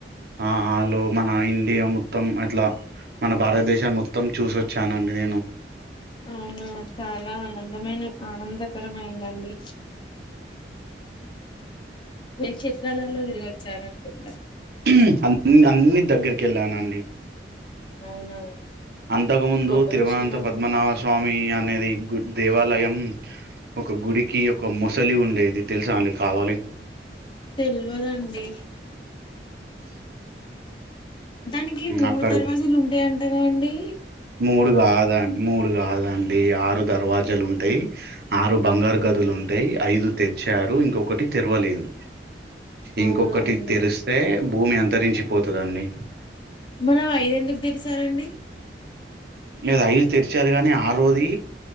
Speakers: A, on the right; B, on the left.
A: ఆ ఆలో మన ఇండియా మొత్తం అట్లా మన భారతదేశం మొత్తం చూసొచ్చానండి నేను
B: అవునా చాలా ఆనందమైన ఆనందకరం అయిందండి క్షేత్రాలలో తిరిగొచ్చారనుకుంటా
A: మ్ అన్ని దగ్గరికెళ్ళ న ండి
B: అవునా
A: అంతకు ముందు
B: గొప్ప
A: తిరువనంత
B: విషయం అండి
A: పద్మనాభ స్వామి అనేది గు దేవాలయం ఒక గుడికి ఒక ముసలి ఉండేది తెలుసా అండి కావలి
B: తెల్వదండి దానికి మూడు
A: అక్కడ
B: దర్వాజలు ఉంటాయంట గదండి
A: మూడు కాదాండి మూడు కాదండి ఆరు దర్వాజలు ఉంటాయి ఆరు బంగారు గదులు ఉంటాయి ఐదు తెరిచారు ఇంకొక్కటి తెరవలేదు ఇంకొక్కటి
B: అవునా అండి
A: తెరిస్తే భూమి అంతరించి పోతదండి
B: మనం ఐద ఎందుకు తెరిసారండి
A: ద అయి తెరిచారు కానీ ఆరోది